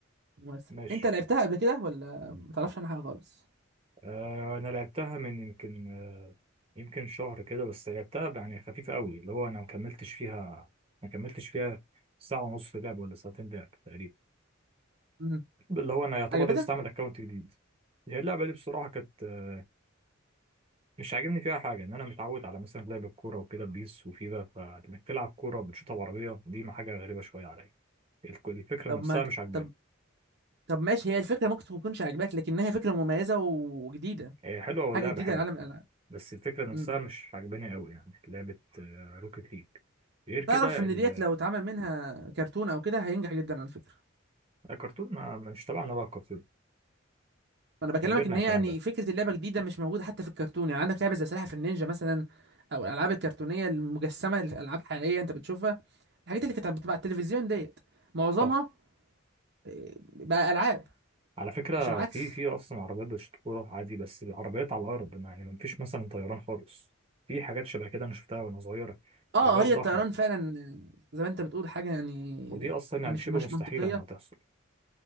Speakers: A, on the right; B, on the right.
A: ممارسه
B: ماشي
A: انت لعبتها قبل كده ولا ما تعرفش عنها حاجه خالص
B: آه انا لعبتها من يمكن آه يمكن شهر كده بس لعبتها يعني خفيفه قوي اللي هو انا ما كملتش فيها ما كملتش فيها ساعه ونص لعب ولا ساعتين لعب تقريبا
A: امم
B: اللي هو انا يعتبر
A: عجبتك
B: لسه عامل اكونت جديد هي اللعبه دي بصراحه كانت آه مش عاجبني فيها حاجه ان انا متعود على مثلا لعب الكوره وكده بيس وفيفا فانك تلعب كوره بتشوطها بعربيه دي ما حاجه غريبه شويه عليا الك- الفكره
A: طب
B: نفسها
A: ما
B: مش عجباني
A: طب طب ماشي هي الفكره ممكن ما تكونش عجباك لكنها فكره مميزه وجديده
B: هي حلوه واللعبه
A: حاجه جديده
B: حلوه
A: لعالم الالعاب
B: بس الفكرة نفسها
A: امم
B: مش عجباني قوي يعني لعبة روكيت ليج غير كده
A: تعرف
B: ال-
A: ان ديت لو اتعمل منها كرتون او كده هينجح جدا على فكره
B: الكرتون ما مش تبعنا بقى الكرتون
A: انا بكلمك
B: احنا كبرنا
A: ان
B: على
A: هي
B: الكلام
A: يعني
B: ده
A: فكره اللعبه جديده مش موجوده حتى في الكرتون يعني عندك لعبه زي سلاحف النينجا مثلا او الالعاب الكرتونيه المجسمه الالعاب حقيقيه انت بتشوفها الحاجات اللي كانت بتبقى على التلفزيون ديت معظمها
B: صح
A: آه، بقى العاب
B: على فكرة
A: مش العكس
B: في في أصلا عربيات بالشطورة عادي بس العربيات على الأرض يعني مفيش مثلا طيران خالص في حاجات شبه كده أنا شفتها وأنا صغير
A: اه
B: عربيات
A: هي
B: ضخمة
A: الطيران فعلا آه، زي ما انت بتقول حاجه يعني
B: ودي أصلا يعني
A: مش
B: شبه
A: مش
B: مستحيلة
A: منطقيه
B: إنها تحصل